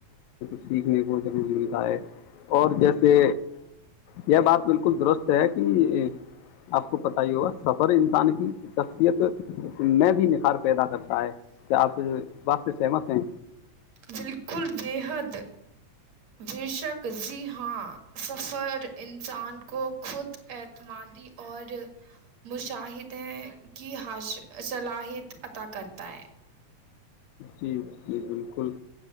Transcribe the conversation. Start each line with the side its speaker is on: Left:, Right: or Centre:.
Left: <inaudible> سیکھنے کو ضرور ملتا ہے اور جیسے یہ بات بالکل درست ہے کہ آپ کو پتا ہی ہوگا سفر انسان کی شخصیت میں بھی نکھار پیدا کر کیا آپ جو اس بات سے سہمت ہیں
Right: بالکل بے حد بے شک جی ہاں سفر انسان کو خود اعتمادی اور مشاہدے کی صلاحیت عطا کرتا ہے
Left: جی جی بالکل